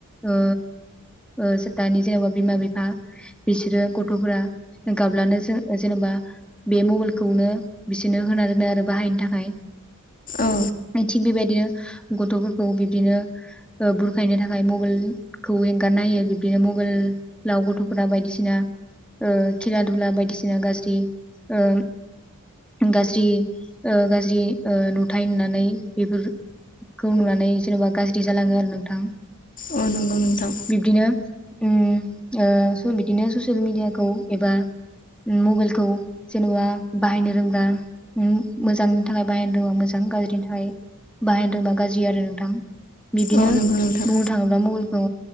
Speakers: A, in the centre; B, on the left.
A: ओ ओ दानि जेन'बा बिमा बिफा। बिसोरो गथ'फोरा गाब्लानो जों जेनेबा बे मबाइलखौनो बिसोरनो होना दोनो आरो बाहायनो थाखाय
B: औ
A: थिग बेबायदिनो गथ'फोरखौ बिब्दिनो ओ बुरखायनो थाखाय मबाइलखौ एंगारना होयो बिबदिनो मबाइलाव गथ'फोरा बायदिसिना। दा ओ खेला दुला बायदिसिना गाज्रि ओ गाज्रि ओ गाज्रि ओ नुथाय नुनानै बेफोरखौ नुनानै जेनेबा गाज्रि जालाङो आरो नोंथां।
B: औ नंगौ नोंथां
A: बिब्दिनो। उम ओ स। बिदिनो ससियेल मिेडियाखौ एबा मबाइलखौ जेनेबा बाहायनो रोंबा मोजांनि थाखाय बाहायनो रोंबा मोजां गाज्रिनि थाखाय बाहायनो रोंबा गाज्रि आरो नोंथां। बिदिनो
B: औ नंगौ नोंथां
A: बुंनो थाङोब्ला मबाइलखौ।